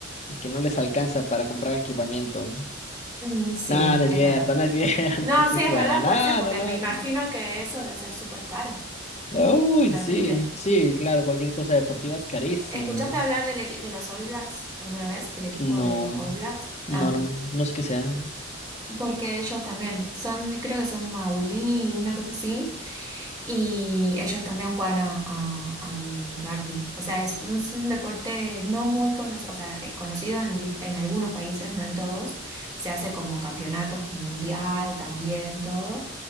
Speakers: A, on the left; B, on the right.
A: y que no les alcanza para comprar equipamiento.
B: Mm, sí,
A: No, no es
B: es
A: cierto,
B: verdad.
A: no es cierto,
B: No,
A: <laughs> estoy
B: sí,
A: jugando.
B: es verdad,
A: No,
B: puede ser, porque
A: no, no.
B: me imagino que eso debe ser súper caro,
A: Uy,
B: totalmente.
A: sí, sí, claro, cualquier cosa deportiva es carísima.
B: ¿Escuchaste hablar del equi- de los All Blacks alguna vez? ¿Del equipo
A: No,
B: de All Blacks?
A: no,
B: Ah,
A: no, no sé qué sea.
B: porque ellos también son, creo que son maulí, una cosa así, y ellos también juegan a- a- al rugby. O sea, es un, es un deporte no muy conocido, o sea, es conocido en, dif- en algunos países, no en todos. Se hace como campeonatos mundial también, todo,